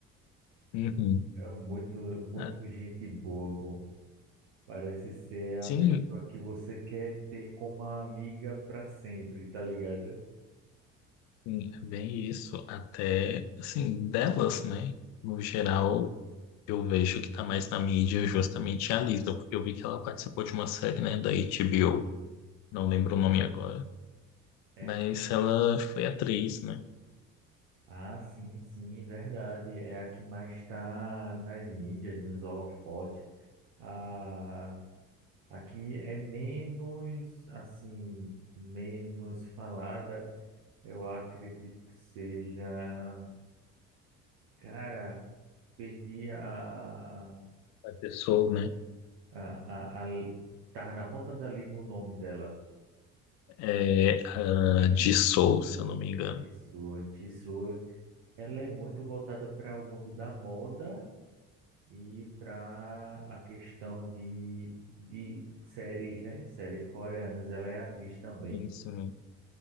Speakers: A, on the left (about 40°); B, on the right (about 60°).
A: Uhum.
B: É muito, muito
A: Ah,
B: gente boa, pô. Parece ser a
A: Sim,
B: pessoa que você quer ter como amiga para sempre, tá ligado?
A: sim, é bem isso. Até, assim, delas, né? No geral, eu vejo que tá mais na mídia justamente a Lisa, porque eu vi que ela participou de uma série, né, da HBO, não lembro o nome agora,
B: É.
A: mas ela foi atriz, né?
B: Ah, sim, sim, verdade. É a que mais está nas mídias, nos holofotes. Ah, Aqui é menos, assim, menos falada. Eu acredito que seja. Cara, perdi a. a,
A: A pessoa, né?
B: a, a, a- tá na ponta da língua o nome dela.
A: É, a
B: A de
A: de Soul, se eu não me engano.
B: a Jisoo, Jisoo, ela é muito voltada para o mundo da moda e para a questão de, de séries, né? Séries coreanas. Ela é atriz também,
A: Sim, sim.